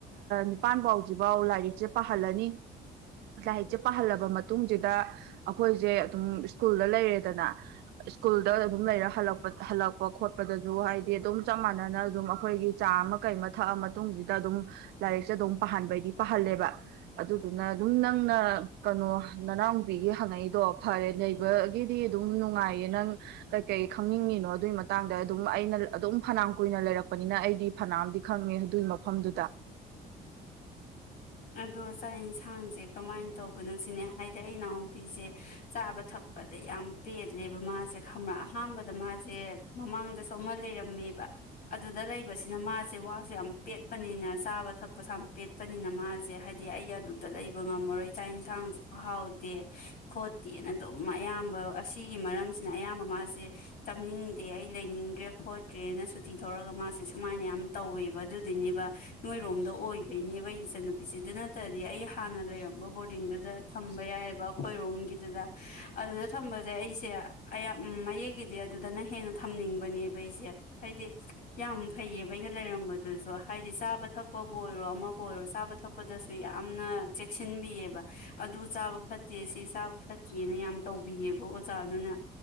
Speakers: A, on the right; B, on the left.
A: ꯅꯤꯄꯥꯟꯐꯥꯎꯁꯤꯐꯥꯎ ꯂꯥꯏꯔꯤꯛꯁꯦ ꯄꯥꯍꯜꯂꯅꯤ ꯂꯥꯏꯔꯤꯛꯁꯦ ꯄꯥꯍꯜꯂꯕ ꯃꯇꯨꯡꯁꯤꯗ ꯑꯩꯈꯣꯏꯁꯦ ꯑꯗꯨꯝ ꯁ꯭ꯀꯨꯜꯗ ꯂꯩꯔꯦꯗꯅ ꯁ꯭ꯀꯨꯜꯗ ꯑꯗꯨꯝ ꯂꯩꯔ ꯍꯂꯛꯄ ꯍꯜꯂꯛꯄ ꯈꯣꯠꯄ ꯗꯁꯨ ꯍꯥꯏꯗꯤ ꯑꯗꯨꯝ ꯆꯞ ꯃꯥꯟꯅꯅ ꯑꯗꯨꯝ ꯑꯩꯈꯣꯏꯒꯤ ꯆꯥ ꯑꯃ ꯀꯩ ꯑꯃ ꯊꯛꯑ ꯃꯇꯨꯡꯁꯤꯗ ꯑꯗꯨꯝ ꯂꯥꯏꯔꯤꯛꯁꯦ ꯑꯗꯨꯝ ꯄꯥꯍꯟꯕꯩꯗꯤ ꯄꯥꯍꯜꯂꯦꯕ ꯑꯗꯨꯗꯨꯅ ꯑꯗꯨꯝ ꯅꯪꯅ ꯀꯩꯅꯣ ꯅꯅꯥꯎ ꯅꯨꯨꯄꯤꯒꯤ ꯍꯪꯉꯛꯏꯗꯣ ꯐꯔꯦ ꯂꯩꯕꯒꯤꯗꯤ ꯑꯗꯨꯝ ꯅꯨꯡꯉꯥꯏꯌꯦ ꯅꯪ ꯀꯩꯀꯩ ꯈꯪꯅꯤꯡꯉꯤꯅꯣ ꯑꯗꯨꯒꯤ ꯃꯇꯥꯡꯗ ꯑꯗꯨꯝ ꯑꯩꯅ ꯑꯗꯨꯝ ꯐꯅ ꯀꯨꯏꯅ ꯂꯩꯔꯛꯄꯅꯤꯅ ꯑꯩꯗꯤ ꯐꯅꯥꯝꯗꯤ ꯈꯪꯉꯦ ꯑꯗꯨꯒꯤ ꯃꯐꯝꯗꯨꯗ
B: ꯑꯗꯣ ꯆꯥꯛ ꯌꯦꯟꯁꯥꯡꯁꯦ ꯀꯃꯥꯏꯅ ꯇꯧꯕꯅꯣ ꯁꯤꯅꯦ ꯍꯥꯏꯗꯤ ꯑꯩ ꯅꯥꯎꯄꯤꯁꯦ ꯆꯥꯕ ꯊꯛꯄꯗ ꯌꯥꯝ ꯄꯦꯠꯂꯦꯕ ꯃꯥꯁꯦ ꯈ ꯑꯍꯥꯟꯕꯗ ꯃꯥꯁꯦ ꯃꯃꯥꯡꯗꯁꯨ ꯑꯃ ꯂꯩꯔꯝꯃꯦꯕ ꯑꯗꯨꯗ ꯂꯩꯕꯁꯤꯅ ꯃꯥꯁꯦ ꯋꯥꯁꯨ ꯌꯥꯝ ꯄꯦꯠꯄꯅꯤꯅ ꯆꯥꯕ ꯊꯛꯄꯁꯨ ꯌꯥꯝ ꯄꯦꯠꯄꯅꯤꯅ ꯃꯥꯁꯦ ꯁꯦ ꯍꯥꯏꯗꯤ ꯑꯩ ꯑꯗꯨꯗ ꯂꯩꯕ ꯉꯝꯃꯔꯣꯏ ꯆꯥꯛ ꯏꯟꯁꯥꯡꯁꯨ ꯍꯥꯎꯗꯦ ꯈꯣꯠꯇꯦꯅ ꯑꯗꯨꯝ ꯑꯌꯥꯝꯕ ꯑꯁꯤꯒꯤ ꯃꯔꯝꯁꯤꯅ ꯑꯌꯥꯝꯕ ꯃꯥꯁꯦ ꯆꯪꯅꯤꯡꯗꯦ ꯑꯩ ꯂꯩꯅꯤꯡꯗ꯭ꯔꯦ ꯈꯣꯠꯇ꯭ꯔꯦꯅ ꯁꯨꯇꯤ ꯊꯧꯔꯒ ꯃꯥꯁꯦ ꯁꯨꯃꯥꯏꯅ ꯌꯥꯝ ꯇꯧꯋꯦꯕ ꯑꯗꯨꯗꯨꯩꯅꯦꯕ ꯅꯣꯏꯔꯣꯝꯗ ꯑꯣꯏꯗꯩꯅꯦꯕ ꯑꯩ ꯏꯆ ꯅꯨꯨꯄꯤ ꯄꯁꯦ ꯑꯗꯨ ꯅꯠꯇ꯭ꯔꯗꯤ ꯑꯩ ꯍꯥꯟꯅ ꯂꯩꯔꯝꯕ ꯕꯣꯔꯗꯤꯡꯗꯨꯗ ꯊꯝꯕ ꯌꯥꯏꯑꯕ ꯑꯩꯈꯣꯏꯔꯣꯝꯒꯤꯗꯨꯗ ꯑꯗꯨꯗ ꯊꯝꯕꯁꯦ ꯑꯩꯁꯦ ꯑꯌꯥꯝ ꯃꯌꯦꯛꯀꯤꯗꯤ ꯑꯗꯨꯗꯅ ꯍꯦꯟꯅ ꯊꯝꯅꯤꯡꯕꯅꯦꯕ ꯑꯩꯁꯦ ꯍꯥꯏꯗꯤ ꯌꯥꯝ ꯐꯩꯌꯦꯕ ꯑꯩꯅ ꯂꯩꯔꯝꯕꯗꯨꯁꯨ ꯍꯥꯏꯗꯤ ꯆꯥꯕ ꯊꯛꯄꯕꯨ ꯑꯣꯏꯔꯣ ꯑꯃꯕꯨ ꯑꯣꯏꯔꯣ ꯆꯥꯕ ꯊꯛꯄ ꯗꯁꯨ ꯌꯥꯝꯅ ꯆꯦꯛꯁꯤꯟꯕꯤꯑꯕ ꯑꯗꯨ ꯆꯥꯕ ꯐꯠꯇꯦ ꯁꯤ ꯆꯥꯕ ꯐꯠꯇꯦꯅ ꯌꯥꯝ ꯇꯧꯕꯤꯌꯦꯕ ꯑꯣꯖꯥꯗꯨꯅ